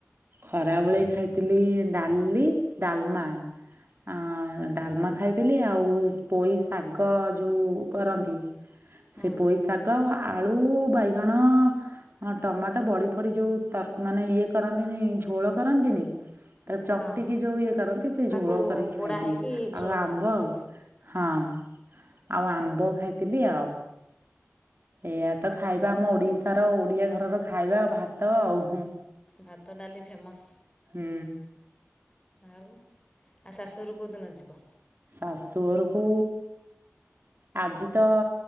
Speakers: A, on the right; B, on the left.
A: ଖରାବେଳେ ଖାଇଥିଲି ଡାଲି ଡାଲମା ଆଁ ଡାଲମା ଖାଇଥିଲି, ଆଉ ପୋଇ ଶାଗ ଯୋଉ କରନ୍ତି
B: ହୁଁ
A: ସେ ପୋଇ ଶାଗ ଆଳୁ ବାଇଗଣ ଟମାଟ ବଢି ପଡି ଯୋଉ ତ ମାନେ ଇଏ କରନ୍ତିନି ଝୋଳ କରନ୍ତିନି ତାକୁ ଚକଟିକି
B: ହଁ
A: ଯୋଉ ଇଏ କରନ୍ତି। ସେ
B: ତାକୁ
A: ଝୋଳ କରିକି
B: ପୋଡ଼ା
A: ଖାଇଥିଲି
B: ହେଇକି ଝୋଳ
A: ଆଉ ଆମ୍ବ
B: କରାହେଇଥିଲା
A: ଆଉ। ହଁ ଆଉ ଆମ୍ବ ଖାଇଥିଲି ଆଉ। ଏଇଆ ତ ଖାଇବା ଆମ ଓଡ଼ିଶାର ଓଡ଼ିଆ ଘରର ଖାଇବା ଆ ଭାତ ଆଉ ହୁଁ।
B: ଭାତ ଡାଲି ଫେମସ୍।
A: ହୁଁ।
B: ଆଉ ଆ ଶାଶୁଘରକୁ କୋଉଦିନ ଯିବ?
A: ଶାଶୁଘରକୁ ଆଜି ତ